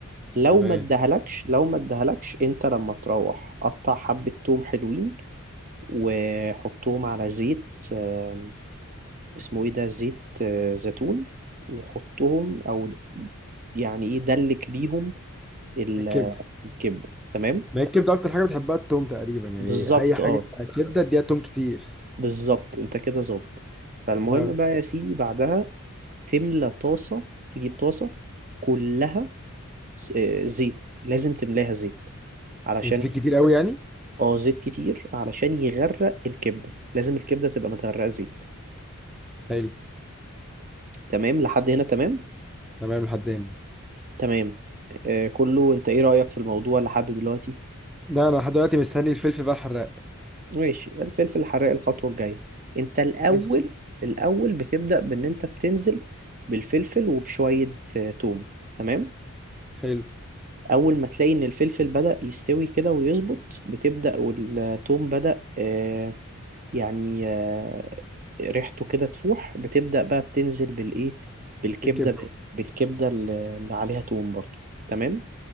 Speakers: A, on the right; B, in the centre.
A: لو
B: تمام
A: ما ادهلكش لو ما ادهلكش انت لما تروح قطع حبة ثوم حلوين وحطهم على زيت آم، اسمه ايه ده زيت آه، زيتون وحطهم او يعني ايه دلك بيهم ال-
B: الكبده
A: الكبدة تمام
B: ما هي الكبده اكتر حاجه بتحبها التوم تقريبا يعني
A: بالظبط
B: اي حاجه
A: اه
B: كبده اديها توم كتير
A: بالظبط انت كده ظابط فالمهم
B: اه
A: بقى يا سيدي بعدها تملى طاسة تجيب طاسة كلها س- آه، زيت لازم تملاها زيت علشان
B: الزيت كتير قوي يعني
A: اه زيت كتير علشان يغرق الكبدة لازم الكبدة تبقى متغرقة زيت
B: حلو
A: تمام لحد هنا تمام
B: تمام لحد هنا
A: تمام آه كله انت ايه رأيك في الموضوع لحد دلوقتي
B: ده انا لحد دلوقتي مستني الفلفل بقى الحراق
A: ماشي الفلفل الحراق الخطوة الجاية انت الاول
B: ماشي
A: الاول بتبدأ بان انت بتنزل بالفلفل وبشوية آه، توم تمام
B: حلو
A: اول ما تلاقي ان الفلفل بدأ يستوي كده ويظبط بتبدأ والثوم بدأ آه، يعني آه، ريحته كده تفوح بتبدأ بقى بتنزل بالايه بالكبدة
B: بالكبدة
A: بالكبدة اللي اللي عليها توم برضو تمام